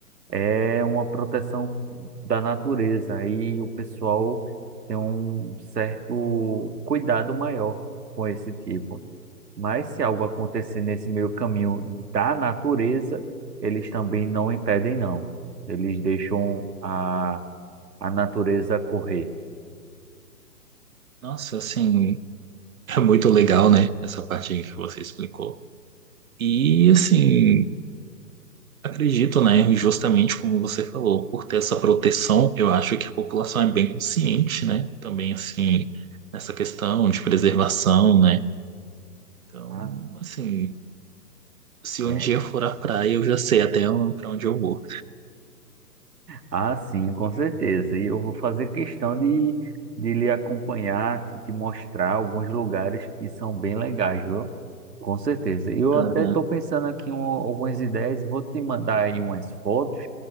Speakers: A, on the right; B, on the right.
A: é uma proteção da natureza. Aí o pessoal tem um certo cuidado maior com esse tipo. Mas se algo acontecer nesse meio caminho da natureza, eles também não impedem, não. Eles deixam a, a natureza correr.
B: Nossa, assim, é muito legal, né? Essa parte aí que você explicou. E assim. Acredito, né? E Justamente como você falou, por ter essa proteção, eu acho que a população é bem consciente, né? Também, assim, nessa questão de preservação, né? Então,
A: Ah,
B: assim, se um
A: é.
B: dia eu for à praia, eu já sei até para onde eu vou.
A: Ah, sim, com certeza. E eu vou fazer questão de, de lhe acompanhar, te, te mostrar alguns lugares que são bem legais, viu? Com certeza. E Eu
B: Aham.
A: até estou pensando aqui em algumas ideias, vou te mandar aí umas fotos